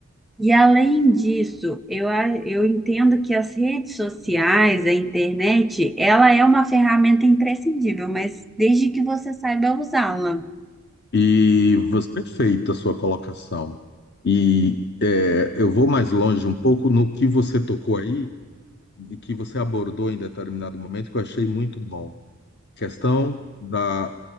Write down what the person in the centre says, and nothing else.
E além disso, eu, a- eu entendo que as redes sociais, a internet, ela é uma ferramenta imprescindível, mas desde que você saiba usá-la.